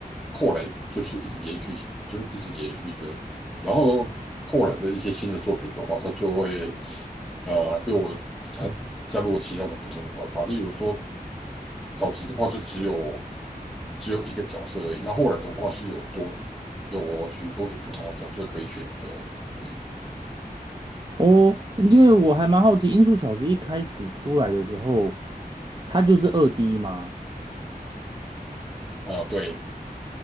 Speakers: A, in the centre; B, on the right.
A: 后来就是一直延续，就是一直延续的。然后后来的一些新的作品的话，它就会呃对我参加入了其他的不同的玩法。例如说，早期的话是只有只有一个角色而已，那后来的话是有多有许多种不同的角色可以选择。嗯，
B: 哦，因为我还蛮好奇，音速小子一开始出来的时候，他就是二 D 吗？
A: 啊、对，